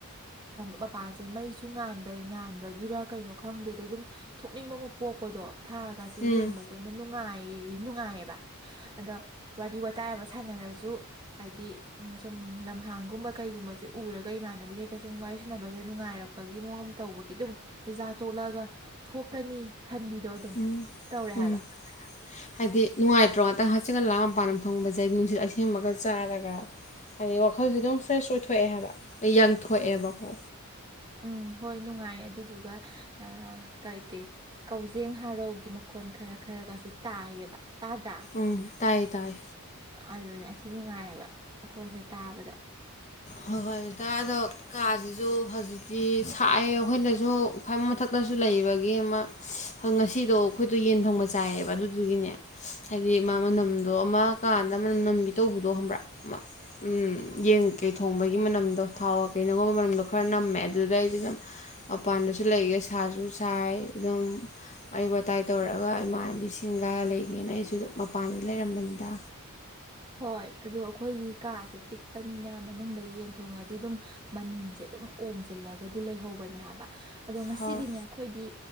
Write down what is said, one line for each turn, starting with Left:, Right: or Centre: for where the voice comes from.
Right: ꯃꯄꯥꯟꯁꯦ ꯃꯩꯁꯨ ꯉꯥꯟꯕ ꯉꯥꯟꯕꯒꯤꯔ ꯀꯩꯅꯣ ꯈꯪꯗꯦ ꯑꯗꯩ ꯑꯗꯨꯝ ꯊꯣꯛꯅꯤꯡꯕ ꯑꯃ ꯄꯣꯛꯄꯗꯣ ꯊꯥꯒꯁꯦ
Left: ꯎꯝ
Right: ꯌꯦꯡꯕꯁꯦ ꯑꯃ ꯅꯨꯡꯉꯥꯏ ꯅꯨꯡꯉꯥꯏꯌꯦꯕ ꯑꯗ ꯋꯥꯔꯤ ꯋꯥꯋꯇꯥꯏ ꯑꯃ ꯁꯥꯟꯅꯔꯁꯨ ꯍꯥꯏꯗꯤ ꯎ ꯁꯨꯝ ꯂꯝꯍꯥꯡꯒꯨꯝꯕ ꯀꯩꯒꯨꯝꯕꯁꯦ ꯎꯔꯒ ꯏꯃꯥꯟꯅꯕꯤ ꯈꯩꯀ ꯁꯨꯝ ꯋꯥ ꯋꯥꯔꯤꯁꯅꯕꯁꯦ ꯅꯨꯡꯉꯥꯏꯔꯛꯄꯒꯤ ꯃꯑꯣ ꯑꯃ ꯇꯧꯕꯒꯤ ꯑꯗꯨꯝ ꯄꯖꯥ ꯇꯣꯂꯛꯑꯒ ꯊꯣꯛꯀꯅꯤ ꯈꯟꯕꯤꯗꯣ ꯑꯗꯨꯝ
Left: ꯎꯝ
Right: ꯇꯧꯔꯦ
Left: ꯎꯝ
Right: ꯍꯥꯏꯕ
Left: ꯍꯥꯏꯗꯤ ꯅꯨꯡꯉꯥꯏꯇ꯭ꯔ ꯉꯥꯛꯇꯪ ꯍꯛꯆꯤꯒ ꯂꯥ ꯃꯄꯥꯟ ꯐꯪꯕꯁꯦ ꯅꯨꯡꯁꯤꯠ ꯑꯁꯦꯡꯕꯒ ꯆꯥꯔꯒ ꯍꯥꯏꯗꯤ ꯋꯥꯈꯜꯁꯦ ꯑꯗꯨꯝ ꯐ꯭ꯔꯦꯁ ꯑꯣꯏꯊꯣꯛꯑꯦ ꯍꯥꯏꯕ ꯌꯥꯪꯊꯣꯛꯑꯦꯕꯀꯣ
Right: ꯎꯝ ꯍꯣꯏ ꯅꯨꯡꯉꯥꯏ ꯑꯗꯨꯗꯨꯒ ꯀꯩꯀꯩ ꯀꯧꯖꯦꯡ ꯍꯥꯔꯧꯒꯤ ꯃꯈꯣꯟ ꯈꯔ ꯈꯔꯒꯁꯨ ꯇꯥꯏꯌꯦꯕ ꯇꯥꯗ꯭ꯔꯥ
Left: ꯎꯝ ꯇꯥꯏꯌꯦ ꯇꯥꯏ
Right: ꯑꯗꯨꯅꯦ ꯑꯁꯤ ꯅꯨꯡꯉꯥꯏꯑꯕ ꯃꯈꯣꯏꯁꯦ ꯇꯥꯕꯗ
Left: ꯍ ꯍꯣꯏꯇꯥꯗꯣ ꯀꯥꯥꯁ ꯑꯗꯨ ꯍꯧꯖꯤꯛꯇꯤ ꯁꯥꯏꯑꯦ ꯑꯩꯈꯣꯏꯅꯁꯨ ꯈ꯭ꯋꯥꯏ ꯃꯊꯛꯇꯁꯨ ꯂꯩꯕꯒꯤ ꯑꯃ ꯍꯪꯁꯤ ꯤꯗꯣ ꯑꯩꯈꯣꯏꯗꯣ ꯌꯦꯟ ꯊꯣꯡꯕ ꯆꯥꯏꯑꯕ ꯑꯗꯨꯗꯨꯒꯤꯅꯦ ꯍꯥꯏꯗꯤ ꯃꯥ ꯃꯅꯝꯗꯣ ꯑꯃ ꯀꯀꯗ ꯃꯅꯝ ꯅ ꯕꯤ ꯇꯧꯕꯗꯣ ꯍꯪꯕ꯭ꯔꯥ ꯎꯝ ꯀꯩ ꯊꯣꯡꯕꯒꯤ ꯃꯅꯝꯗꯣ ꯊꯥꯎ ꯀꯩ ꯅꯉꯣꯟꯒꯤ ꯃꯅꯝꯗꯣ ꯈꯔ ꯅꯝꯃꯦ ꯑꯗꯨꯗ ꯑꯩꯁꯦ ꯁꯨꯝ ꯃꯄꯥꯟꯗꯁꯨ ꯂꯩꯒꯦ ꯄꯩꯁꯥꯁꯨ ꯁꯥꯏ ꯑꯗꯨꯝ ꯋꯥꯔꯤ ꯋꯥꯇꯥꯏ ꯇꯧꯔꯒ ꯏꯃꯥꯟ ꯏꯕꯤꯁꯤꯡꯒ ꯂꯩꯒꯦꯅ ꯑꯩꯁꯨ ꯑꯗꯨ ꯃꯄꯥꯟꯗ ꯂꯩꯔꯝꯕꯅꯤꯗ
Right: ꯍꯣꯏ ꯑꯗꯣ ꯑꯩꯈꯣꯏꯒꯤ ꯀꯥꯁꯦ ꯄꯤꯛꯄꯅꯤꯅ ꯃꯅꯨꯡꯗ ꯌꯦꯟ ꯊꯣꯡꯉꯗꯤ ꯑꯗꯨꯝ ꯃꯅꯤꯟꯁꯦ ꯑꯗꯨꯝ ꯑꯣꯝꯁꯤꯜꯂꯒꯗꯤ ꯂꯩꯍꯧꯕꯅꯦ ꯍꯥꯏꯕ ꯑꯗꯣ ꯉꯁꯤꯗꯤꯅꯦ
Left: ꯍꯣꯏ
Right: ꯑꯩꯈꯣꯏꯗꯤ